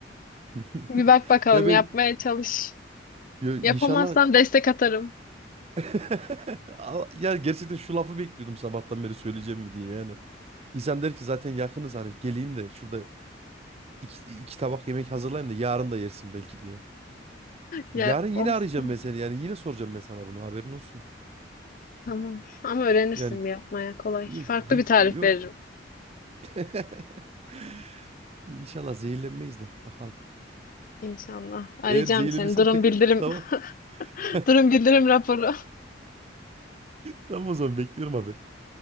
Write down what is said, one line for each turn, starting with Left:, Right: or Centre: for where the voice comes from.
Right: <laughs>
Left: Bir bak bakalım
Right: Ya ben
Left: yapmaya çalış.
Right: ya inşallah
Left: Yapamazsan destek atarım.
Right: <laughs> Al- ya gerçekten şu lafı bekliyordum sabahtan beri söyleyeceğim mi diye yani. İnsan der ki zaten yakınız hani geleyim de şurada İki iki tabak yemek hazırlayayım da yarın da yersin belki diye.
Left: Ya
Right: Yarın yine
Left: olsun.
Right: arayacağım ben seni yani yine soracağım ben sana bunu haberin olsun.
Left: Tamam. Ama öğrenirsin
Right: Yani
Left: bir yapmaya kolay.
Right: yok
Left: Farklı
Right: gün
Left: bir tarif
Right: yok.
Left: veririm.
Right: <laughs> İnşallah zehirlenmeyiz de bakalım.
Left: İnşallah. Arayacağım
Right: Eğer zehirlenirsem
Left: seni. Durum
Right: tekrar
Left: bildirim.
Right: tamam. <laughs>
Left: <laughs> Durum bildirim raporu.
Right: Tamam o zaman bekliyorum haber.